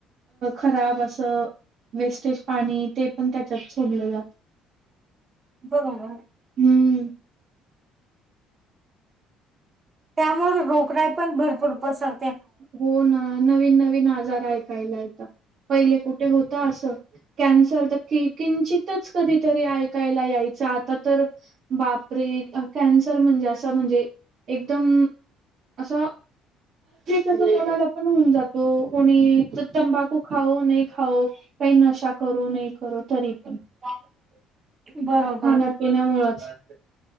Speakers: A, on the right (about 60°); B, on the right (about 35°).
A: खराब असं वेस्टेज पाणी ते पण त्याच्यात सोडलं जात.
B: बरोबर.
A: हम्म.
B: त्यामुळे रोगराई पण भरपूर पसर..
A: हो ना नवीन नवी नवीन आजार ऐकायला येतात. पहीले कुठे होतं असं कॅन्सर तर किंचित... तच कधीतरी ऐकायला यायचं, आता तर बापरे! कॅन्सर म्हणजे, असं म्हणजे एकदम अस. तसं कोणाला पण होऊन जातो, कोणी तंबाखू खाऊ, नई खाऊ काही नशा करो नाही करो तरी पण.
B: <inaudible> बरोबर.
A: खाण्यापिण्यामुळंच. प